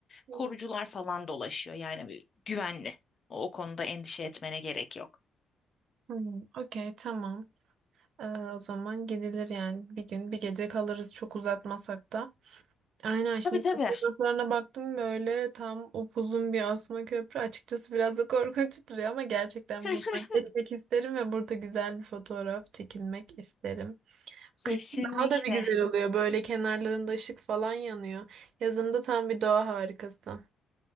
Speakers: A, on the right; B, on the left.
A: Hmm.
B: korucular falan dolaşıyor. Yani güvenli. O, o konuda endişe etmene gerek yok.
A: Hmm, Okey tamam. Ee, o zaman gidilir yani bir gün bir gece kalırız çok uzatmasak da. Aynen şimdi
B: Tabii tabii.
A: fotoğraflarına baktım böyle tam upuzun bir asma köprü. Açıkçası biraz da <laughs> korkunç duruyor ama gerçekten
B: <laughs>
A: buradan geçmek isterim ve burada güzel bir fotoğraf çekilmek isterim.
B: Kesinlikle.
A: Kışın daha da bir güzel oluyor. Böyle kenarlarında ışık falan yanıyor. Yazında tam bir doğa harikası.